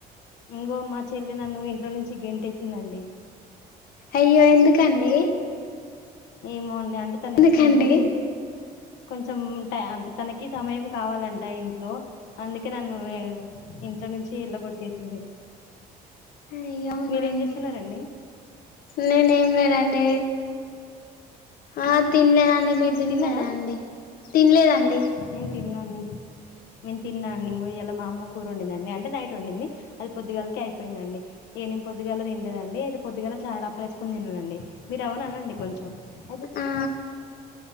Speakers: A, on the left; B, on the left.
A: ఇగో మా చెల్లి నన్ను ఇంట్లో నుండి గెంటేసిందండి.
B: అయ్యో ఎందుకండి
A: ఏమోండి అంటే తనకి
B: ఎందుకండి
A: కొంచెం కొంచం అంటే తనకి సమయం కావాలంట ఇంట్లో అందుకే నన్ను ఇంట్లో నుంచి ఏళ్ళ కొట్టేసింది
B: అయ్యో అవునా
A: మీరేం
B: అండి
A: చేస్తున్నరండి
B: నేనేం లేనండి ఆ తినలేదండి మీరు తింటన్నారా
A: తిన్నారా
B: అండి తినలేదండి
A: నేను తిన్నాండి నేను తిన్నా అండి ఇయ్యాల మా అమ్మ కూర వండిందండి అంటే నైట్ వండింది అది పొద్దుగాలకే అయిపోయిందండి నేను పొద్దుగాల తినలేదండీ అయితే పొద్దుగా చాలా అప్పలు వేసుకుని తిన్ననండి మీరు ఎవనా అనండి కొంచెం అయితే <inaudible>
B: ఆ